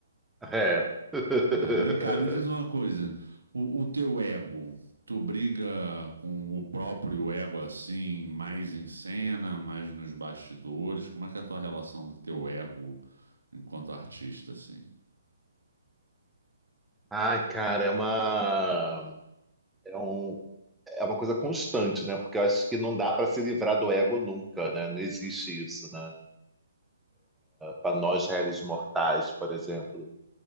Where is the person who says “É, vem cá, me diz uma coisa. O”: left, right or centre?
Right